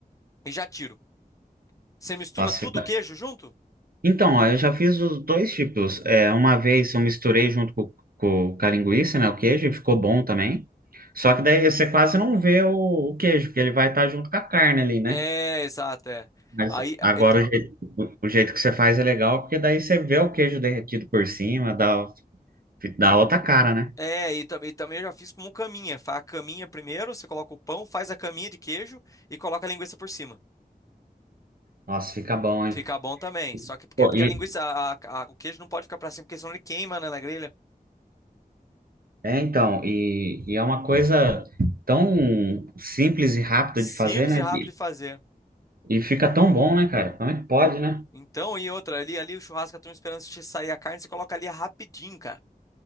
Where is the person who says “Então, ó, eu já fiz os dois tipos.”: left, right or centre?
Right